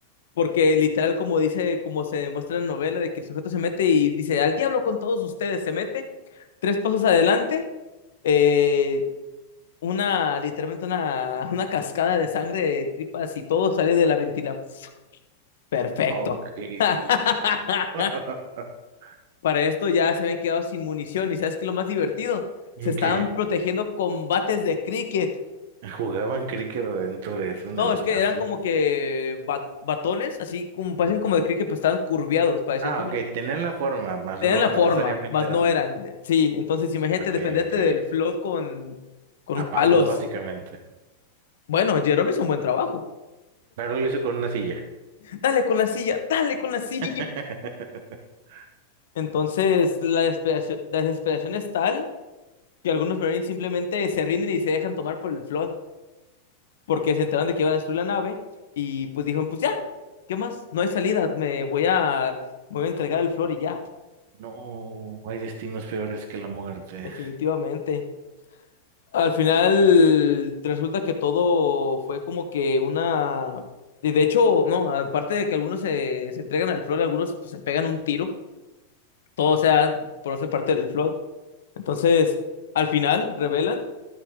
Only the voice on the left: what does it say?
Porque literal como dice, como se muestra en la novela, de que el sujeto se mete y dice, al diablo con todos ustedes, se mete tres pasos adelante, eh, una, literalmente una, <laughs> una cascada de sangre, de tripas y todo sale de la ventila Perfecto.
<laughs>
Para esto ya se habían quedado sin munición y ¿sabes qué es lo más divertido? Se
estaban protegiendo con bates de cricket.
No,
es que eran como que ba- batones, así como parecen como de cricket, pero estaban curviados, parecían
como...
Tenían
la forma,
mas
no
eran.
Sí, entonces imagínate
defenderte
del flood con, con
palos.
Bueno, Jerome hizo un buen trabajo.
Dale con la silla, dale con la silla.
Entonces la desesperación, la desesperación es tal que algunos Marines simplemente se rinden y se dejan tomar por el Flood porque se enteraron de que iban a destruir la nave y pues dijeron, pues ya, ¿qué más? No hay salida, me voy a, me voy a entregar el Flood y ya,
definitivamente. Al final resulta que todo fue como que una... y De hecho, no, aparte de que algunos se, se entregan al Flood, algunos pues, se pegan un tiro, todo o sea, por no ser parte del Flood. Entonces, al final revelan